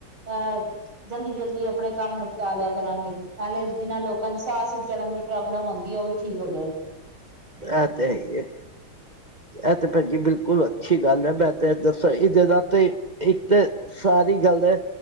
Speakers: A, on the right (about 85°); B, on the right (about 25°).
A: ਅ ਜਲਦੀ-ਜਲਦੀ ਆਪਣੇ ਕੰਮ ਨਿਪਟਾ ਲਿਆ ਕਰਾਂਗੇ। ਨਾਲੇ ਜਿਨਾਂ ਲੋਕਾਂ ਨੂੰ ਸਾਅ-ਸੂ ਚੜਨ ਦੀ ਪ੍ਰੋਬਲਮ ਹੁੰਦੀ ਐ। ਓ ਵੀ ਠੀਕ ਹੋ ਜਾਏਗੀ।
B: ਐ ਤੇ ਹੈ ਈ ਐ। ਇਹ ਤੇ ਭੈਣ ਜੀ ਬਿਲਕੁਲ ਅੱਛੀ ਗੱਲ ਐ, ਮੈਂ ਤੇ ਅੱਜ ਸਈ ਜ੍ਹਗਾ ਤੇ ਇੱਕ ਸਾਰੀ ਗੱਲ